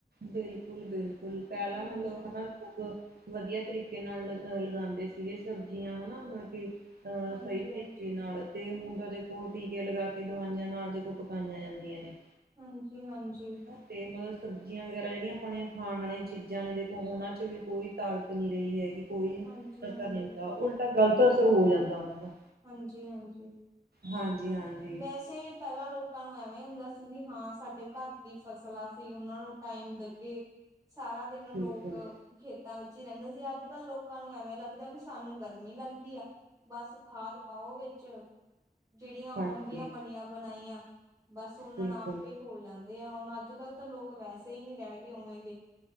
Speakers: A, on the right (about 70°); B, on the right (about 20°).
A: ਬਿਲਕੁਲ -ਬਿਲਕੁਲ ਪਹਿਲਾ
B: ਹਾਂਜੀ
A: ਮਤਲਬ ਵਧੀਆ ਤਰੀਕੇ ਨਾਲ ਲ ਲਗਾਉਂਦੇ ਸੀਗੇ, ਸਬਜ਼ੀਆਂ ਹਨਾ ਮਤਲਬ ਕੇ ਅ
B: ਹਾਂਜੀ
A: ਸਹੀ ਤਰੀਕੇ
B: ਹਾਂਜੀ
A: ਨਾਲ ਤੇ ਹੁਣ ਤਾਂ ਦੇਖੋ ਟੀਕੇ ਲਗਾ ਕੇ ਦਵਾਈਆਂ ਨਾਲ ਦੇਖੋ ਪਕਾਈਆਂ ਜਾਂਦੀਆਂ ਨੇ।
B: ਹਾਂਜੀ -ਹਾਂਜੀ।
A: ਅਤੇ ਮਤਲਬ ਸਬਜ਼ੀਆਂ ਵਗੈਰਾ ਜਿਹੜੀਆਂ ਆਪਣੀਆਂ ਖਾਣ ਵਾਲੀਆਂ ਚੀਜ਼ਾਂ ਨੇ ਦੇਖੋ ਉਹਨਾਂ 'ਚ ਵੀ ਕੋਈ ਤਾਕਤ ਨਹੀਂ ਰਹੀ ਹੈਗੀ। ਕੋਈ
B: ਹਾਂਜੀ
A: ਅਸਰ
B: ਹਾਂਜੀ
A: ਨਹੀਂ ਹੁੰਦਾ, ਉਲਟਾ ਗ਼ਲਤ ਅਸਰ ਹੋ ਜਾਂਦਾ ਉਹਨਾਂ ਦਾ
B: ਹਾਂਜੀ -ਹਾਂਜੀ
A: ਹਾਂਜੀ-ਹਾਂਜੀ,
B: ਵੈਸੇ। ਪਹਿਲਾਂ ਲੋਕਾਂ ਨੂੰ ਐਵੇਂ ਹੁੰਦਾ ਸੀ, ਵੀ ਹਾਂ ਸਾਡੇ ਘਰ ਦੀ ਫਸਲਾਂ ਸੀ ਉਹਨਾਂ ਨੂੰ ਟਾਈਮ ਦਈਏ। ਸਾਰਾ ਦਿਨ
A: ਬਿਲਕੁਲ
B: ਲੋਕ ਖੇਤਾਂ ਵਿੱਚ ਹੀ ਰਹਿੰਦੇ ਸੀ, ਅੱਜ -ਕੱਲ੍ਹ ਲੋਕਾਂ ਨੂੰ ਐਵੇਂ ਲੱਗਦਾ ਕਿ ਸਾਨੂੰ ਗਰਮੀ ਲੱਗਦੀ ਆ ਬਸ ਖਾਦ ਪਾਓ ਵਿੱਚ ਜਿਹੜੀਆਂ
A: ਹਾਂਜੀ-ਹਾਂਜੀ,
B: ਆਉਂਦੀਆਂ ਬਣੀਆਂ ਬਣਾਈਆਂ। ਬਸ ਉਹਨਾਂਣ
A: ਬਿਲਕੁਲ।
B: ਆਪੇ ਹੋ ਜਾਂਦੇ ਆ ਹੁਣ ਅੱਜ- ਕੱਲ੍ਹ ਤਾਂ ਲੋਕ ਵੈਸੇ ਹੀ ਨਹੀਂ ਰਹਿ ਗਏ ਉਵੇਂ ਦੇ